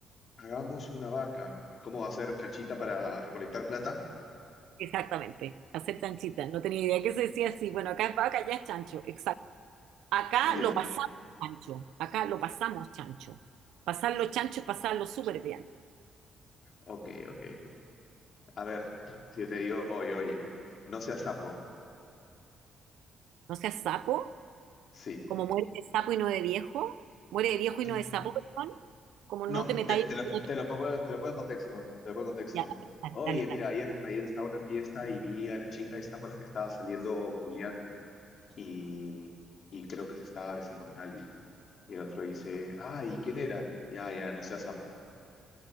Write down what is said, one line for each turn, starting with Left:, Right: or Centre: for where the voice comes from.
Left: Hagamos una vaca. Es como hacer chanchita para recolectar plata.
Right: Exactamente. Hacer chanchita. No tenía idea que se decía así. Bueno, acá es vaca, ya es chancho. Exacto. Acá
Left: Ya,
Right: lo pasamos chancho. Acá lo pasamos chancho. Pasarlo chancho es pasarlo súper bien.
Left: Ok, ok. A ver, si yo te digo, oye, oye, no seas sapo.
Right: No seas sapo,
Left: Sí.
Right: como muere de sapo y no de viejo. Muere de viejo
Left: Mm.
Right: y no de sapo, perdón. Como
Left: No,
Right: no te metáis
Left: te, te
Right: en
Left: lo,
Right: lo que no te
Left: te lo pongo, te lo pongo en contexto, te lo pongo en contexto.
Right: ya,
Left: Oye,
Right: dale,
Left: mira,
Right: dale.
Left: ayer, ayer estaba en una fiesta y vi a la chica esta con la que estaba saliendo Julián y, y creo que se estaba besando con alguien. Y el otro dice, ay, ¿quién era? Ya, ya, no seas sapo.